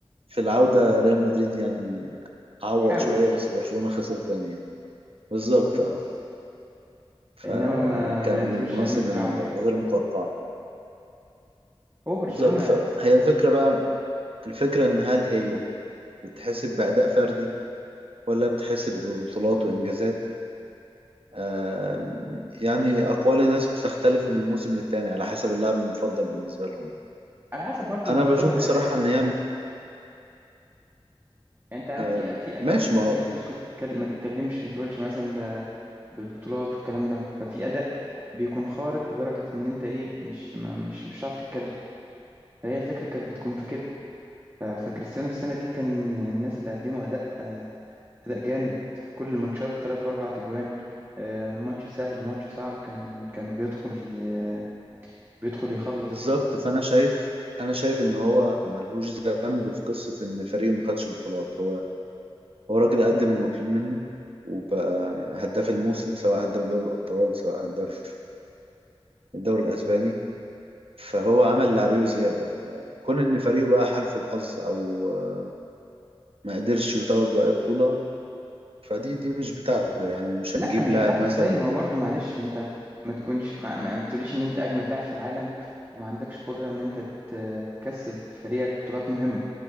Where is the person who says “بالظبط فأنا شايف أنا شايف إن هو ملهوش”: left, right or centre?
Right